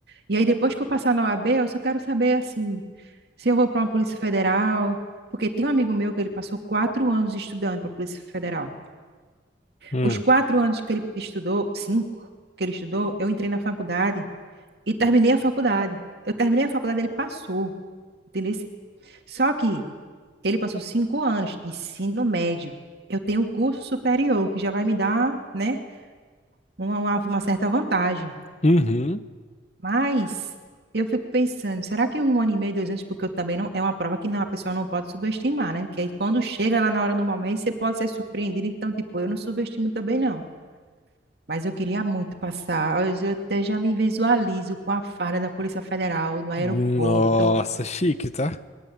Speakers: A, on the right; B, on the left.
A: E aí, depois que eu passar na OAB, eu só quero saber, assim, se eu vou para uma Polícia Federal, porque tem um amigo meu que ele passou quatro anos estudando para a Polícia Federal.
B: Hum.
A: Os quatro anos que ele estudou, cinco que ele estudou, eu entrei na faculdade E terminei a faculdade. Eu terminei a faculdade, ele passou, entendeu? Só que ele passou cinco anos de ensino médio. Eu tenho um curso superior, que já vai me dar, né, uma, uma, uma certa vantagem.
B: Uhum.
A: Mas eu fico pensando, será que um ano e meio, dois anos, porque eu também não, é uma prova que não, a pessoa não pode subestimar, né? Que aí quando chega lá na hora, no momento, você pode ser surpreendido. Então, tipo, eu não subestimo também, não. Mas eu queria muito passar. Eu já- até já me visualizo com a farda da Polícia Federal no aeroporto
B: Nossa, chique, tá?